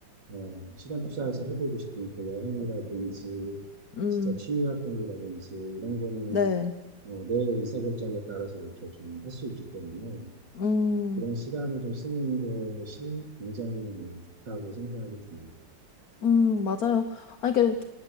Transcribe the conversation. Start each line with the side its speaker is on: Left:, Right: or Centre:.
Right: 어, 시간 투자해서 해보고 싶은 그 여행이라든지
Left: 음,
Right: 진짜 취미 활동이라든지 이런 거는
Left: 네,
Right: 어, 내 의사결정에 따라서 이렇게 좀 할 수 있기 때문에
Left: 음,
Right: 그런 시간을 좀 쓰는 것이 굉장히 뭐 좋다고 생각이 듭니다.
Left: 음, 맞아요. 아, 이게